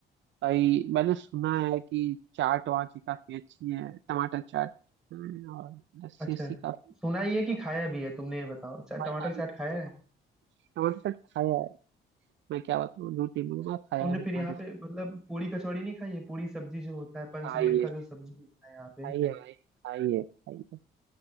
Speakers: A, on the right (about 70°); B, in the centre.
A: आई मैंने सुना है कि चाट वहाँ की काफी अच्छी है टमाटर चाट है और लस्सी
B: अच्छा
A: अस्सी काफी
B: सुना ही है कि खाया भी है तुमने ये बताओ अच्छा, टमाटर
A: और अभी
B: चाट
A: तो
B: खाया है
A: टमाटर चाट खाया है मैं क्या बताऊँ झूठ नहीं बोलूंगा खाया
B: तुमने
A: है मैंने
B: फिर
A: टमाटर
B: यहाँ
A: चाट
B: पे मतलब पूरी कचौड़ी नहीं खाई है पूरी सब्जी जो होता है पंचमेल
A: खाइए
B: का जो सब्जी होता है यहाँ पे
A: खाइए भाई खाइए खाइए